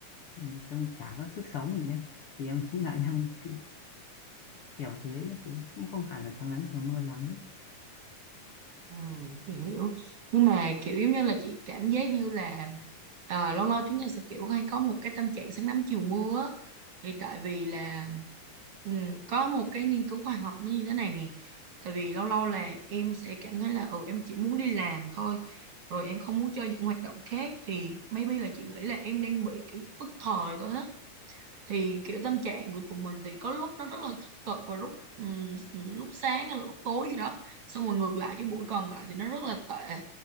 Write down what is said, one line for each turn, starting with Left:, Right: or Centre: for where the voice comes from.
Left: nó- trông chả có sức sống gì đấy thì em nghĩ là em cứ- kiểu thế đó chị cũng không hẳn là sáng nắng chiều mưa lắm
Right: Ừ, thì hiểu nhưng mà kiểu giống như là chị cảm giác như là à, lâu lâu chúng ta sẽ kiểu hay có một cái tâm trạng sáng nắng chiều mưa á. thì tại vì là ừ, có một cái nghiên cứu khoa học nó như thế này nè tại vì lâu lâu là em sẽ cảm thấy là ừ em chỉ muốn đi làm thôi rồi em không muốn chơi những hoạt động khác thì maybe là chị nghĩ là em đang bị kiểu tức thời thôi á thì kiểu tâm trạng của tụi mình thì có lúc nó rất là tích cực và lúc ừm, lúc sáng hay là lúc tối gì đó xong rồi ngược lại cái buổi còn lại thì nó rất là tệ